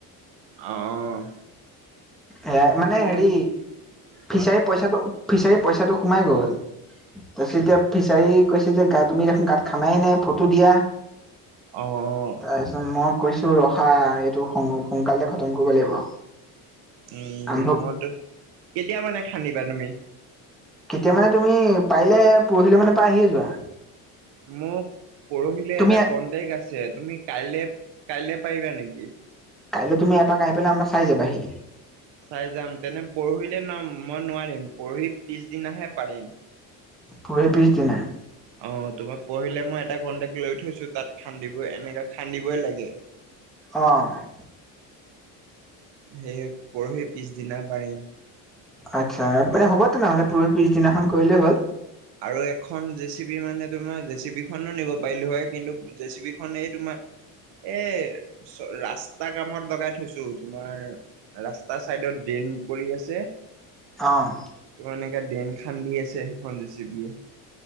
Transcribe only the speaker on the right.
অ'।
অ
কোৱা
অ',
উম
মইতো কেতিয়া মানে খান্দিবা তুমি?
মোক পৰহিলে
এটা কন্ট্ৰেক্ট আছে তুমি কাইলে কাইলে পাৰিবা নেকি?
চাই যাম, তেনে পৰহিলে নম মই নোৱাৰিম পৰহি পিছদিনাহে পাৰিম।
অ' তোমাক পৰহিলে মই এটা কন্টেক্ট লৈ থৈছো, তাত খান্দিব এনেক খান্দিবই লাগে।
সেই পৰহি পিছদিনা পাৰিম।
আৰু এখন জেচিবি মানে তোমাৰ জেচিবি খনো নিব পাৰিলো হয় কিন্তু জেচিবি খনে এই তোমাৰ এ চ ৰাস্তা কামত লগাই থৈছো তোমাৰ ৰাস্তা চাইডত ড্ৰে কৰি আছে
তোমাৰ এনেকে ড্ৰেইন খান্দি আছে সেইখন জেচিবিয়ে।